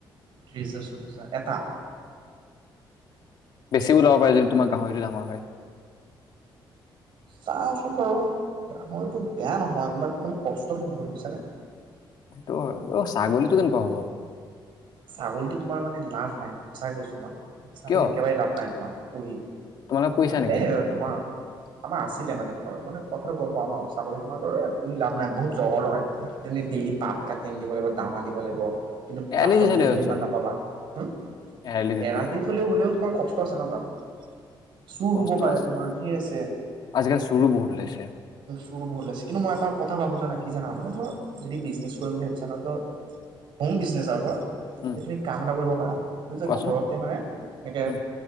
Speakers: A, on the right (about 70°); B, on the left (about 55°).
A: ত্ৰিশ -হাজাৰ, চল্লিছ -হাজাৰ এটা
B: বেছি ওলাব পাৰে, যদি তোমাৰ গাহৰিটো ডাঙৰ হয়।
A: চাচোন বাৰু গাহৰিটো বেয়া নহয় ইমান কষ্টটো বহুত বুইছানে।
B: সেইটো হয় ', অহ', ছাগলীটো কেনেকুৱা হ'ব?
A: ছাগলীটো তোমাৰ মানে লাভ নাই, সঁচাই কৈছো মই ছাগলী
B: কিয়
A: একেবাৰে লাভ নাই তোমাৰ। পুহিম।
B: তোমালোকে পুহিছা নেকি
A: এ তোমাৰ, আমাৰ আছিলে মানে। হয়, মানে কথাটো গম পাউ ন। <unintelligible> পুহি লাভ নাই।। বহুত জগৰ লগায়। তুমি ডেলি পাত কাটি আনি দিব লাগিব। দানা দিব লাগিব।
B: এৰালি
A: লাষ্টত
B: দি থলে
A: দিলেও
B: হ'ল
A: ইমান
B: চোন
A: নাপাবা। হু,
B: এৰালি
A: এৰাল
B: থলে
A: দি থলেও হ'লেও তোমাৰ কষ্ট আছে ন, তাত। চুৰ হ'ব
B: কষ্ট
A: পাৰে
B: আছে,
A: তোমাৰ ধেৰ আছে।
B: আজিকালি চুৰু বহুত ওলাইছে।
A: উম, বহুত লাগিছে কিন্তু মই এটা কথা ভাবো, কি জানা মানে ধৰ যদি বিজনেছ কৰিম বুলি ভাবিছা ন', ধৰ হোম বিজনেছ আৰু। <inaudible>
B: উম
A: যে তুমি কাম এটা কৰিব পাৰা, যে
B: কোৱাচোন
A: ঘৰতে মানে এনেকে
B: উম